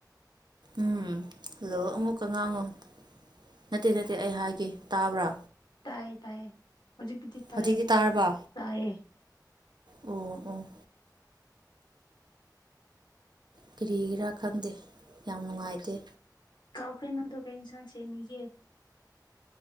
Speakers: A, on the right; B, on the left.
A: ꯎꯝ ꯍꯜꯂꯣ ꯑꯃꯨꯛꯀꯉꯥꯉꯣ ꯅꯠꯇꯦ ꯅꯠꯇꯦ ꯑꯩ ꯍꯥꯏꯒꯦ ꯇꯥꯕ꯭ꯔꯥ
B: ꯇꯌꯦ ꯇꯌꯦ ꯍꯧꯖꯤꯛꯗꯤ ꯇꯌꯦ
A: ꯍꯧꯖꯤꯛꯇꯤ ꯇꯥꯔꯕ
B: ꯇꯌꯦ
A: ꯑꯣ ꯑꯣ ꯀꯔꯤꯒꯤꯔꯥ ꯈꯪꯗꯦ ꯌꯥꯝ ꯅꯨꯡꯉꯥꯏꯇꯦ
B: ꯀꯥꯎꯈ꯭ꯔꯦ ꯅꯪꯗꯣ ꯀꯩ ꯌꯦꯟꯁꯥꯡ ꯁꯦꯝꯃꯤꯒꯦ